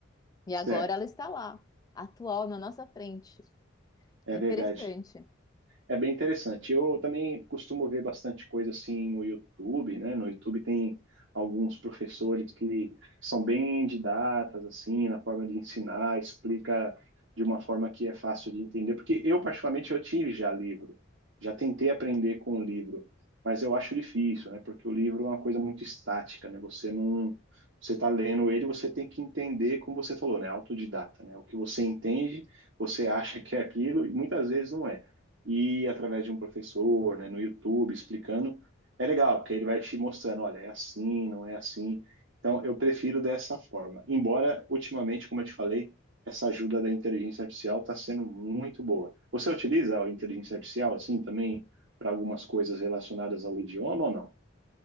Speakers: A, on the left; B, on the right.
A: E
B: Certo,
A: agora ela está lá, atual na nossa frente.
B: é
A: É interessante.
B: verdade. É bem interessante. Eu também costumo ver bastante coisa assim no YouTube, né? No YouTube tem alguns professores que são bem didatas, assim, na forma de ensinar, explica de uma forma que é fácil de entender. Porque eu, particularmente, eu tive já livro, já tentei aprender com o livro, mas eu acho difícil, né? Porque o livro é uma coisa muito estática, né? Você não, você está lendo ele, você tem que entender, como você falou, né? Autodidata, né? O que você entende, você acha que é aquilo e muitas vezes não é e através de um professor, né, no YouTube, explicando, é legal, porque ele vai te mostrando, olha, é assim, não é assim. Então, eu prefiro dessa forma. Embora, ultimamente, como eu te falei, essa ajuda da inteligência artificial está sendo muito boa. Você utiliza a inteligência artificial, assim, também para algumas coisas relacionadas ao idioma ou não?